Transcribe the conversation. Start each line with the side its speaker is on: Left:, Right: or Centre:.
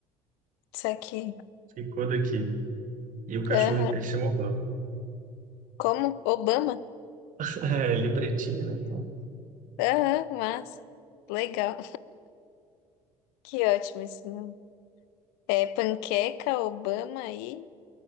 Left: Isso aqui.
Right: ficou daqui. E o cachorro,
Left: Aham.
Right: ele chamou Bamba.
Left: Como? Obama?
Right: <laughs> É, ele é pretinho, né? Então,
Left: Aham, massa. Legal. Que ótimo esse nome. É Panqueca, Obama e